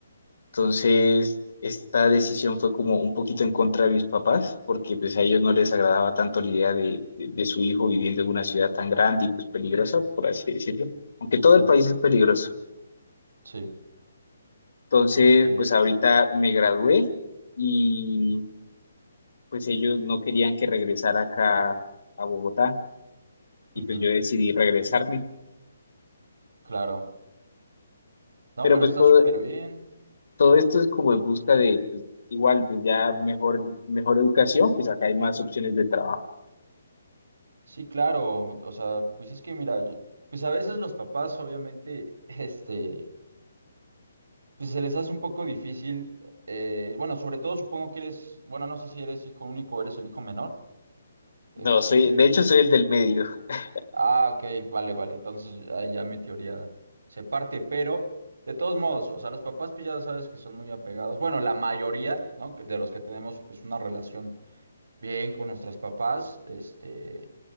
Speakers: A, on the left; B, on the right.
A: Entonces esta decisión fue como un poquito en contra de mis papás, porque pues
B: Ujú,
A: a ellos no les agradaba tanto la idea de, de- de su hijo viviendo en una ciudad tan grande y pues peligrosa, por así decirlo, aunque todo
B: Claro,
A: el país es peligroso.
B: sí,
A: Entonces
B: ok,
A: pues ahorita me gradué y pues ellos no querían que regresara acá a Bogotá y
B: ujú,
A: pues yo decidí regresarme.
B: claro. No,
A: Pero
B: pero
A: pues
B: está
A: todo,
B: súper bien.
A: todo esto es como en busca de, pues, igual, pues ya mejor, mejor educación, pues acá hay más opciones de trabajo.
B: Sí, claro, o sea, pues es que mira, yo- pues a veces los papás obviamente, <laughs> este, pues se les hace un poco difícil, eh, bueno, sobre todo supongo que eres, bueno, no sé si eres hijo único o eres el hijo menor, este,
A: No, soy, de hecho soy el del medio. <laughs>
B: ah, ok, vale, vale, entonces ahí ya mi teoría se parte, pero de todos modos, o sea, los papás pues ya sabes que son muy apegados, bueno, la mayoría, ¿no? que- De los que tenemos pues una relación bien con nuestros papás, este,